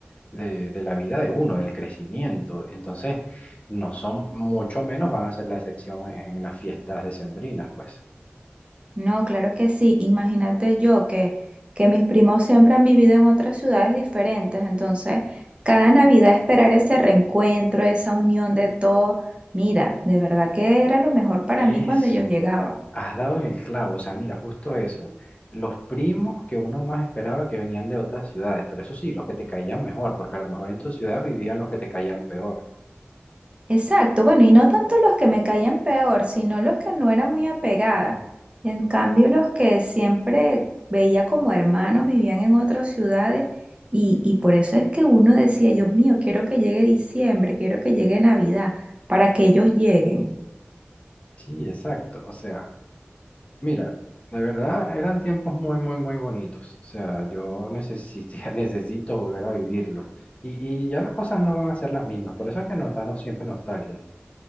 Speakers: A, on the left; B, on the right.
A: de, de la vida de uno, del crecimiento. Entonces, no son, mucho menos van a ser la excepción en, en las fiestas decembrinas, pues.
B: No, claro que sí. Imagínate yo que, que mis primos siempre han vivido en otras ciudades diferentes, entonces cada Navidad esperar ese reencuentro, esa unión de todo, mira, de verdad que era lo mejor para
A: Eso,
B: mí cuando ellos llegaban.
A: has dado en el clavo, o sea, mira, justo eso. Los primos que uno más esperaba que venían de otras ciudades, pero eso sí, los que te caían mejor, porque a lo mejor en tu ciudad vivían los que te caían peor.
B: Exacto, bueno, y no tanto los que me caían peor, sino los que no era muy apegada. En cambio, los que siempre veía como hermanos vivían en otras ciudades y, y por eso es que uno decía, Dios mío, quiero que llegue diciembre, quiero que llegue Navidad, para que ellos lleguen.
A: Sí, exacto, o sea, mira, de verdad eran tiempos muy, muy, muy bonitos, o sea, yo necesito, <laughs> necesito volver a vivirlos. Y, y ya las cosas no van a ser las mismas, por eso es que nos da no- siempre nostalgia.